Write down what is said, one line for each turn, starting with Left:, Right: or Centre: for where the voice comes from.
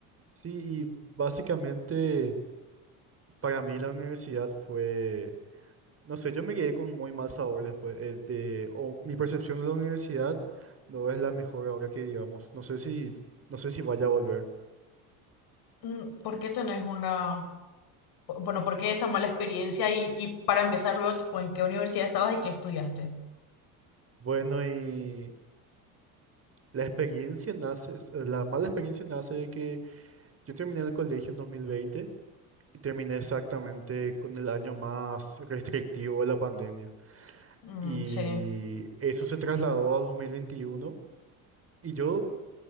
Right: Sí, y básicamente para mí la universidad fue, no sé, yo me quedé con muy mal sabor después eh, de, o mi percepción de la universidad no es la mejor ahora que digamos, no sé si, no sé si vaya a volver.
Left: Mm, ¿Por qué tenés una, bueno, por qué esa mala experiencia y, y para empezar luego, tipo, ¿en qué universidad estabas y qué estudiaste?
Right: Bueno, y la experiencia nace, es- la mala experiencia nace de que yo terminé el colegio en 2020 y terminé exactamente con el año más restrictivo de la pandemia.
Left: Mm,
Right: Y
Left: sí.
Right: eso se trasladó a 2021 y yo...